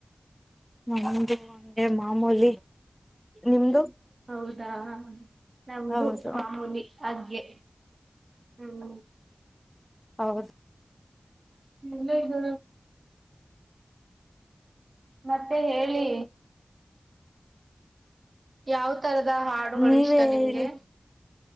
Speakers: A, in the centre; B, on the right (about 80°).
A: ನ ಅೆ ಮಾಮೂಲಿ ನಿಮ್ದು
B: ಹ್ಮ ಹೌದಾ ನಮ್ದು
A: ಹೌದು
B: ಮಾಮೂಲಿ ಹಾಗಗ್ಗೆ ಹ್ಮ
A: ಹೌದು
B: ಹ್ಮ ಎಲ್ಲ ಇದ ಮತ್ತೆ ಹೇಳಿ ಯಾವ್ ತರದ ಹಾಡುಗಳು
A: ನೀವೇ
B: ಇಷ್ಟ ನಿಮ್ಗೆ
A: ಹೇಳಿ